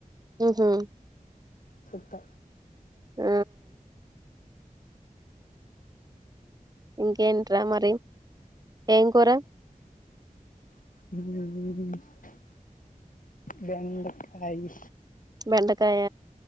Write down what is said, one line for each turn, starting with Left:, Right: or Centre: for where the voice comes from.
Right: ఉహు
Left: చెప్తా
Right: ఉ ఇంకేంట్రా మరి ఏం కూర
Left: <unintelligible> బెండ కాయి
Right: బెండకాయ